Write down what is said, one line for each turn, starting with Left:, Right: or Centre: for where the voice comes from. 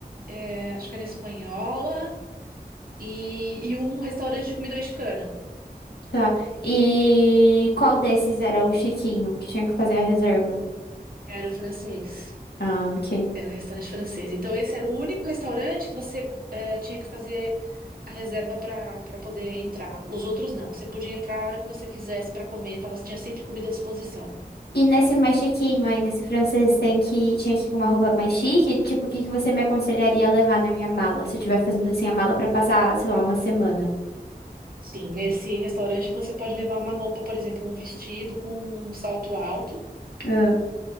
Right: é, acho que era espanhola, e, e um restaurante de comida mexicana.
Left: tá. E qual desses era o chiquinho que tinha que fazer a reserva?
Right: Era o francês.
Left: Ah, ok.
Right: Era um restaurante francês. Então, esse era o único restaurante que você eh, tinha que fazer a reserva para para poder entrar. Os outros não. Você podia entrar a hora que você quisesse para comer, tava, tinha sempre comida à disposição.
Left: E nesse mais chiquinho aí, nesse francês, tem que, tinha que ir com uma roupa mais chique? Tipo, o que que você me aconselharia a levar na minha mala? Se eu estiver fazendo assim a mala pra passar, sei lá, uma semana.
Right: Sim, nesse restaurante você pode levar uma roupa, por exemplo, um vestido com um salto alto,
Left: Ah.